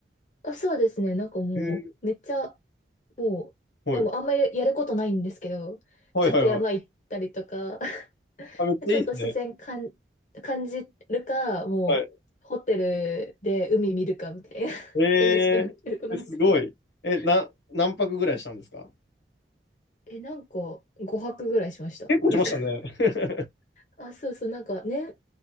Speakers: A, on the left; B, on the left.
A: あ、そうですね。なんかもう、
B: へえ
A: めっちゃ、もう、
B: はい。
A: でもあんまりやることないんですけど、
B: はいはいはい。
A: ちょっと山行ったりとか、
B: あ、めっちゃいいですね。
A: ちょっと自然感、感じるか、もう、
B: はい。
A: ホテルで海見るかみたいな <laughs>
B: えー、
A: くらいしかやることなくて。
B: えすごい。え、な、何泊ぐらいしたんですか
A: え、なんか、5泊ぐらいしました。
B: 結構しましたね。
A: なんか
B: <laughs>
A: あ、そうそう、なんかね、